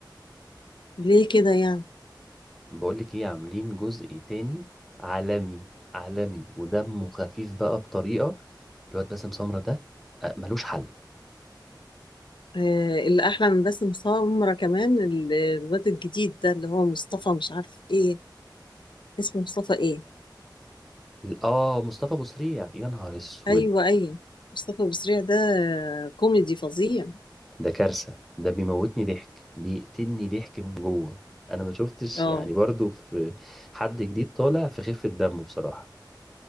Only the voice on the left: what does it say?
ليه كده يعني
آه اللي أحلى من باسم سمرة كمان ال- الواد الجديد ده اللي هو مصطفى مش عارف إيه اسمه مصطفى إيه
أيوه أيوه مصطفى بسريع ده آه، كوميدي فظيع
اه